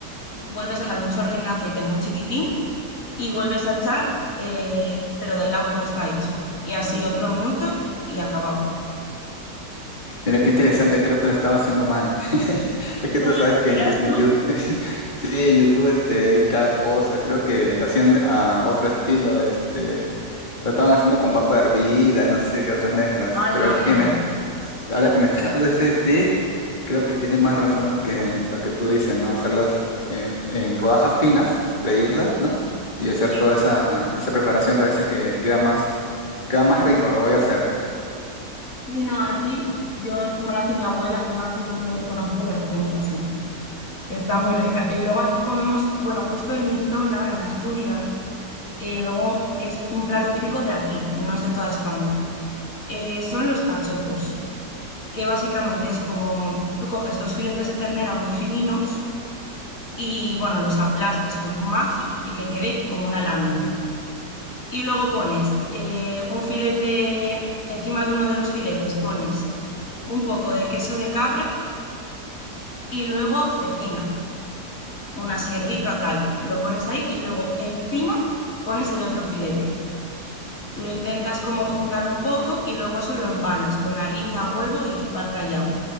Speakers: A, on the left (about 50°); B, on the left (about 30°).
A: vuelves a echar un chorrín de aceite muy chiquitín y vuelves a echar, eh, pero del lado que no está hecho. Y así otro minuto y acabado.
B: Mira qué interesante, creo que lo estaba haciendo mal. <laughs> Es que
A: ¿Cómo
B: tú sabes
A: la hacías
B: que en, Yu- en
A: tú?
B: YouTube, <laughs> sí, en YouTube este, hay cada cosa. Creo que lo hacían a otro estilo, este, Lo estaban haciendo con papa hervida, no sé, otras mezclas.
A: Ay,
B: Pero
A: no,
B: es
A: no,
B: que me,
A: no.
B: ha- ahora que me está <laughs> dando ese tic, creo que tiene más razón lo que, lo que tú dices, ¿no? Hacerlas en, en rodajas finas, freírlas,
A: Sí,
B: ¿no? Y hacer
A: sí,
B: toda
A: sí.
B: esa, esa preparación parece que queda más, queda más rico, lo voy a hacer.
A: Sí, no, así yo es como lo hace mi abuela, mi madre y todo el mundo que conozco, las hacemos así. Está muy rica. Y luego aquí comemos, bueno, justo en mi zona, en Asturias, eh, luego es un plato típico de aquí, no es de toda España. Eh, son los cachopos, que básicamente es como tú coges dos filetes de ternera muy fininos y, bueno, los aplastas con un mazo y que quede como una lámina. y luego pones eh, un filete, encima de uno de los filetes pones un poco de queso de cabra y luego cecina, una así rica tal. Lo pones ahí y luego encima pones el otro filete. Lo intentas como juntar un poco y luego eso lo empanas con harina, huevo y pan rallado.